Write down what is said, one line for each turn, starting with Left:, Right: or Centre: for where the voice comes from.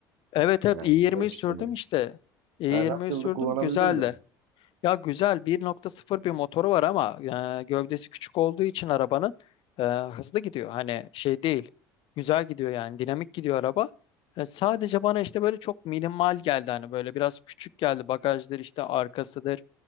Left: Evet
Right: Yani
Left: evet i20'yi
Right: hepsini.
Left: sürdüm işte. i20'yi
Right: Ha, nasıldı
Left: sürdüm
Right: kullanabildin
Left: güzeldi.
Right: mi?
Left: Ya güzel 1.0 bir motoru var ama e, gövdesi küçük olduğu için arabanın e, hızlı gidiyor. Hani şey değil. Güzel gidiyor yani dinamik gidiyor araba. E, sadece bana işte böyle çok minimal geldi hani böyle biraz küçük geldi bagajdır işte arkasıdır